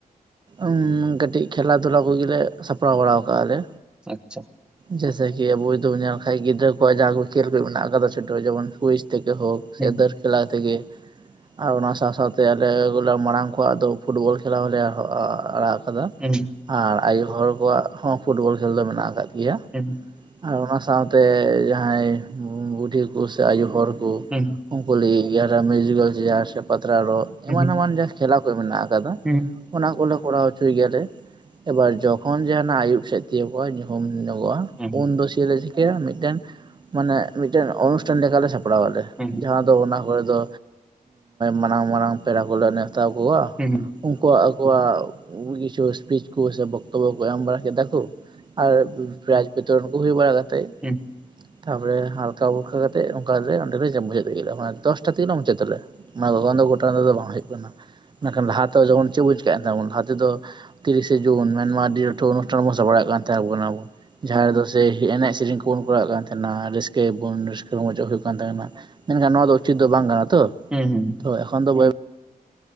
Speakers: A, on the right (about 30°); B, in the centre.
A: ᱩᱸᱢ ᱠᱟᱹᱴᱤᱡ ᱠᱷᱮᱞᱟ ᱫᱷᱩᱞᱟ ᱠᱩᱜᱤ ᱞᱮ ᱥᱟᱯᱲᱟᱣ ᱵᱟᱲᱟ ᱟᱠᱟᱜᱼᱟ ᱞᱮ᱾
B: ᱟᱪᱪᱷᱟ᱾
A: ᱡᱮᱭᱮᱥᱮ ᱠᱤ ᱟᱵᱚ ᱡᱩᱫᱤ ᱵᱚᱱ ᱧᱮᱞ ᱠᱷᱟᱡ ᱜᱤᱫᱽᱨᱟᱹ ᱠᱚᱣᱟᱜ ᱡᱟᱦᱟᱸ ᱠᱚ ᱠᱷᱮᱞ ᱠᱚ ᱢᱮᱱᱟᱜ ᱟᱠᱟᱫᱟ ᱥᱟᱹᱴᱣᱟ ᱡᱮᱢᱚᱱ ᱠᱩᱭᱤᱡ ᱛᱮᱠᱮ ᱦᱳᱠ᱾
B: ᱦᱩᱸ
A: ᱥᱮ ᱫᱟᱹᱨ ᱠᱷᱮᱞᱟ ᱛᱮᱜᱮ᱾ ᱟᱨ ᱚᱱᱟ ᱥᱟᱶᱼᱥᱟᱶ ᱛᱮ ᱟᱞᱮ ᱜᱚᱞᱟ ᱢᱟᱲᱟᱝ ᱠᱚᱣᱟᱜ ᱫᱚ ᱯᱷᱩᱴᱵᱚᱞ ᱠᱷᱮᱞᱟ ᱦᱚᱸᱞᱮ ᱦᱚ ᱟᱻᱟᱲᱟᱜ ᱠᱟᱫᱟ᱾
B: ᱩᱸ᱾
A: ᱟᱨ ᱟᱭᱳ ᱦᱚᱲ ᱠᱚᱣᱟᱜ ᱦᱚᱸ ᱯᱷᱩᱴᱵᱚᱞ ᱠᱷᱮᱞ ᱫᱚ ᱢᱮᱱᱟᱜ ᱟᱠᱟᱫ ᱜᱮᱭᱟ᱾
B: ᱦᱩᱸ᱾
A: ᱟᱨ ᱚᱱᱟ ᱥᱟᱶᱛᱮ ᱡᱟᱸᱦᱟᱭ ᱵᱟ-ᱵᱩᱰᱷᱤ ᱠᱩ ᱥᱮ ᱟᱭᱩ ᱦᱚᱲ ᱠᱩ
B: ᱦᱩᱸ ᱦᱩᱸ
A: ᱩᱱᱠᱩ ᱞᱟᱹᱜᱤᱜ ᱜᱮ ᱟᱨᱚ ᱢᱤᱭᱩᱡᱤᱠᱮᱞ ᱪᱮᱭᱟᱨ ᱥᱮ ᱯᱟᱛᱲᱟ ᱨᱚᱜ
B: ᱦᱩᱸ
A: ᱮᱢᱟᱱ ᱮᱢᱟᱱ ᱡᱟᱦᱟᱸ ᱠᱷᱮᱞᱟ ᱠᱚ ᱢᱮᱱᱟᱜ ᱟᱠᱟᱫᱟ᱾
B: ᱦᱩᱸ᱾
A: ᱚᱱᱟ ᱠᱚᱞᱮ ᱠᱚᱨᱟᱣ ᱦᱚᱪᱚᱭ ᱜᱮᱭᱟ ᱞᱮ᱾ ᱮᱵᱟᱨ ᱡᱚᱠᱷᱚᱱ ᱡᱮ ᱦᱟᱱᱟ ᱟᱭᱩᱵ ᱥᱮᱫ ᱛᱤᱭᱳᱜᱼᱟ ᱧᱩᱦᱩᱢ ᱧᱚᱜᱚᱜᱼᱟ
B: ᱦᱩᱸ ᱦᱩᱸ
A: ᱩᱱ ᱫᱚ <unintelligible> ᱠᱮ ᱢᱤᱫᱴᱮᱱ ᱢᱟᱱᱮ ᱢᱤᱫᱴᱮᱱ ᱚᱱᱩᱥᱴᱷᱟᱱ ᱞᱮᱠᱟᱞᱮ ᱥᱟᱯᱲᱟᱣ ᱟᱞᱮ
B: ᱦᱩᱸ ᱦᱩᱸ
A: ᱡᱟᱦᱟᱸ ᱛᱚ ᱚᱱᱟ ᱠᱚᱨᱮ ᱫᱚ ᱢᱟᱱᱟᱝ ᱢᱟᱨᱟᱝ ᱯᱮᱲᱟ ᱠᱚᱞᱮ ᱱᱮᱣᱛᱟ ᱠᱚᱣᱟ᱾
B: ᱦᱩᱸ᱾
A: ᱩᱱᱠᱩ ᱟᱠᱚᱣᱟᱜ ᱠᱤᱪᱷᱩ ᱥᱯᱤᱡ ᱠᱚ ᱥᱮ ᱵᱚᱠᱛᱚᱵᱚ ᱠᱚ ᱮᱢ ᱵᱟᱲᱟ ᱠᱮᱫᱟ ᱠᱩ᱾ ᱟᱨ ᱯᱮ-ᱯᱨᱟᱤᱡᱽ ᱵᱤᱛᱚᱨᱚᱱ ᱠᱩ ᱦᱩᱭ ᱵᱟᱲᱟ ᱠᱟᱛᱮ
B: ᱩᱸ᱾
A: ᱛᱟᱯᱚᱨᱮ ᱦᱟᱞᱠᱟ ᱯᱷᱩᱞᱠᱟ ᱠᱟᱛᱮ ᱚᱱᱠᱟ ᱜᱮ ᱚᱸᱰᱮ ᱞᱮ ᱪᱟ ᱢᱩᱪᱟᱹᱫ ᱠᱮᱜ ᱜᱮᱞᱮ ᱢᱟᱱᱮ ᱫᱚᱥᱴᱟ ᱛᱮᱜᱮᱞᱮ ᱢᱩᱪᱟᱹᱫ ᱟᱞᱮ᱾ ᱚᱱᱟ ᱠᱚᱠᱷᱚᱱ ᱫᱚ ᱜᱚᱴᱟ ᱛᱮᱫᱚ ᱵᱟᱝ ᱦᱩᱭᱩᱜ ᱠᱟᱱᱟ, ᱢᱮᱱᱠᱷᱟᱱ ᱞᱟᱦᱟ ᱛᱮ ᱡᱮᱢᱚᱱ ᱪᱮᱫ ᱵᱩᱱ ᱪᱮᱠᱟ ᱠᱟᱱ ᱛᱟᱦᱮᱱᱟ ᱵᱚᱱ ᱞᱟᱦᱟ ᱛᱮᱫᱚ ᱛᱤᱨᱤᱥᱮ ᱡᱩᱱ ᱢᱮᱱᱢᱟ ᱟᱹᱰᱤ ᱞᱟᱹᱴᱩ ᱚᱱᱩᱥᱴᱷᱟᱱ ᱵᱚᱱ ᱥᱟᱯᱲᱟᱜ ᱠᱟᱱ ᱛᱟᱦᱮ ᱵᱚᱱ ᱟᱵᱚ᱾ ᱡᱟᱦᱟᱸ ᱨᱮᱫᱚ ᱥᱮ ᱮᱱᱮᱡ ᱥᱮᱨᱮᱧ ᱠᱚᱵᱚᱱ ᱠᱚᱨᱟᱜ ᱠᱟᱱ ᱛᱟᱦᱮᱱᱟ ᱨᱟᱹᱥᱠᱟᱹᱭᱟ ᱵᱚᱱ ᱨᱟᱹᱥᱠᱟᱹ ᱨᱚᱢᱚᱡᱚᱜ ᱦᱳᱭ ᱠᱟᱱᱟ ᱛᱟᱦᱮᱱᱟ ᱢᱮᱱᱠᱷᱟᱱ ᱱᱚᱣᱟ ᱫᱚ ᱩᱪᱤᱛ ᱫᱚ ᱵᱟᱝ ᱠᱟᱱᱟ ᱛᱚ᱾
B: ᱦᱩᱸ ᱩᱸ᱾
A: ᱛᱚ ᱮᱠᱷᱚᱱ ᱫᱚ ᱵᱟᱹᱭ